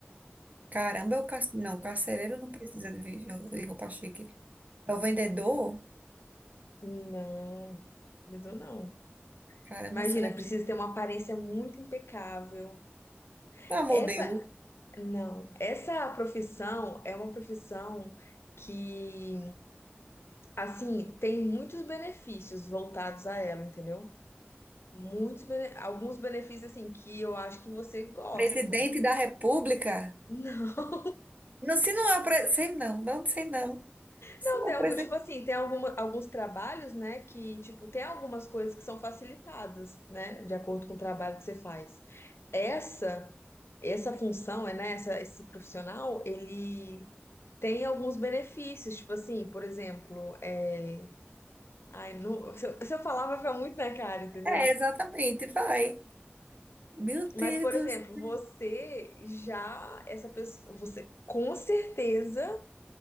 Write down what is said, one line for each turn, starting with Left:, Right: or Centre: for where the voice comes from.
Right: Caramba, o carce... não, o carcereiro não precisa de vi- de roupa chique. É o vendedor?
Left: Não, líder não.
Right: Caramba,
Left: Imagina,
Right: será que.
Left: precisa ter uma aparência muito impecável.
Right: Ah, modelo.
Left: Essa, não, essa profissão é uma profissão que, assim, tem muitos benefícios voltados a ela, entendeu? Muitos, bene- alguns benefícios, assim, que eu acho que você gosta.
Right: Presidente da República?
Left: Não.
Right: Não, se não é o presidente. Sei não, não sei não. Se
Left: Não,
Right: não
Left: tem
Right: é o
Left: algum,
Right: presidente.
Left: tipo assim, tem alguma, alguns trabalhos, né, que, tipo, tem algumas coisas que são facilitadas, né, de acordo com o trabalho que você faz. Essa, essa função, é, né, essa, esse profissional, ele tem alguns benefícios, tipo assim, por exemplo, é... Ai, não... se eu, se eu falar vai ficar muito na cara, entendeu?
Right: É, exatamente, vai. Meu
Left: Mas,
Right: Deus
Left: por
Right: do
Left: exemplo,
Right: céu.
Left: você já, essa pessoa, você com certeza